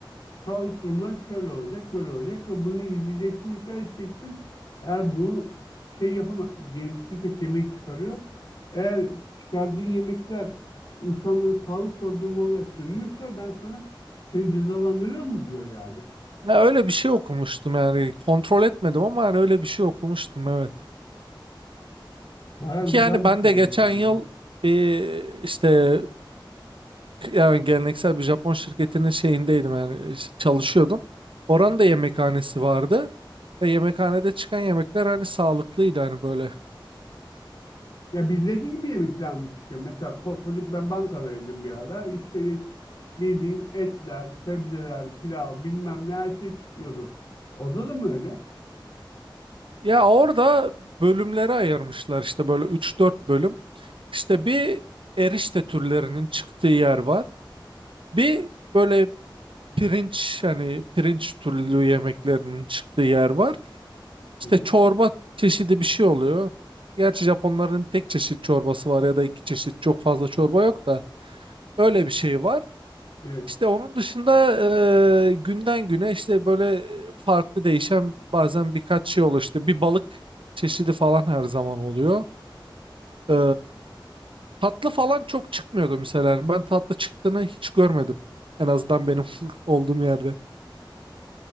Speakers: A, on the left; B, on the right.
A: sağlık durumları şöyle olacak, böyle olacak ve bunu izleyeceksin, dikkat edeceksin. Eğer bunu şey yapama diyelim şirket yemek çıkarıyor. Eğer çıkardığın yemekler insanlara sağlık problemi olarak dönüyorsa ben sana seni cezalandırırım mı diyor yani.
B: Ya öyle bir şey okumuştum yani kontrol etmedim ama yani öyle bir şey okumuştum evet.
A: Baya güzel
B: Ki yani ben
A: bir şeymiş
B: de geçen
A: yani.
B: yıl bir işte yani geleneksel bir Japon şirketinin şeyindeydim yani ş- çalışıyordum. Oranın da yemekhanesi vardı. Ve yemekhanede çıkan yemekler hani sağlıklıydı hani böyle.
A: Ya bizdeki gibi yemekler mi çıkıyor? Mesela ko koca ben bankadaydım bir ara. İşte yet- bildiğin etler, sebzeler, pilav bilmem ne her şey çıkıyordu. Orada da mı öyle?
B: Ya orada bölümlere ayırmışlar işte böyle üç dört bölüm. İşte bir erişte türlerinin çıktığı yer var. Bir böyle pirinç hani pirinç türlü yemeklerinin çıktığı yer var. İşte
A: Hı hı.
B: çorba çeşidi bir şey oluyor. Gerçi Japonların tek çeşit çorbası var ya da iki çeşit çok fazla çorba yok da. Öyle bir şey var.
A: Evet.
B: İşte onun dışında e, günden güne işte böyle farklı değişen bazen birkaç şey oluyor. İşte bir balık çeşidi falan her zaman oluyor. E, tatlı falan çok çıkmıyordu mesela. Yani Ben tatlı çıktığını hiç görmedim. En azından benim <laughs> olduğum yerde.